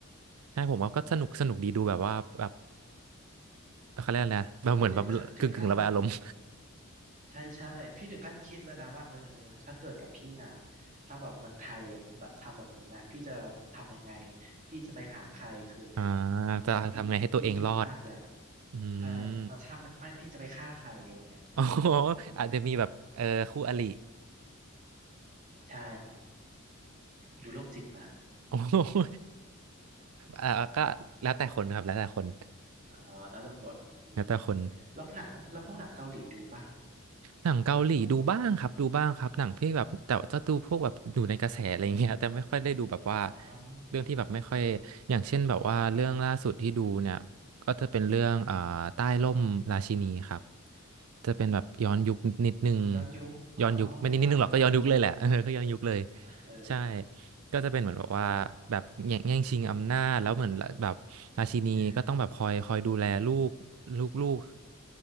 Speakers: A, on the right (about 85°); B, on the right (about 35°).
A: ใช่ผมว่าก็สนุกสนุกดีดูแบบว่าแบบ เขาเรียกอะไรนะแบบเหมือนแบบกึ่งกึ่งระบายอารมณ์
B: พี่ถึงขั้นถึงขั้น ใช่ใช่พี่ถึงขั้นคิดแล้วนะว่าเออถ้าเกิดกับพี่นะถ้าแบบเมืองไทยแบบทำแบบนี้นะพี่จะทำยังไงพี่จะไปหาใครคืนเนี้ย
A: <laughs> อ่า
B: อืมพี่พี่อินมากเลย
A: จะทำไงให้ตัวเองรอดอื
B: ใช่เอาถ้าไม่ไม่พี่จะไปฆ่าใครอะไรเงี้ย
A: มอ๋อ
B: เออ
A: อาจจะมีแบบเออคู่อริ
B: ใช่ดูโรคจิตนะ
A: โอ้ <laughs> โหอ่าก็แล้วแต่คนครับแล้วแต่คน
B: อ๋อแล้วแต่คนอืม
A: แล้วแต่คน
B: แล้วหนังแล้วพวกหนังเกาหลีดูป่ะ
A: หนังเกาหลีดูบ้างครับดูบ้างครับหนังที่แบบแต่จะดูพวกแบบอยู่ในกระแสอะไรอย่างเงี้ยแต่ไม่ค่อยได้ดูแบบว่า
B: อ๋อ
A: เรื่องที่แบบไม่ค่อยอย่างเช่นแบบว่าเรื่องล่าสุดที่ดูเนี่ยก็จะเป็นเรื่องอ่าใต้ร่มราชินีครับ จะเป็นแบบย้อนยุคนิดนึง
B: ย้อนยุคอ๋อ
A: ย้อนยุคไม่นิดนิดนึงหรอกก็ย้อนยุคเลยแหละเออก็ย้อนยุคเลย
B: ว่าแล้วอ่ะเออ
A: ใช่ก็จะเป็นเหมือนแบบว่าแบบแย่งแย่งชิงอำนาจแล้วเหมือนแบบราชินีก็ต้องแบบคอยคอยดูแลลูกลูกลูก
B: เออ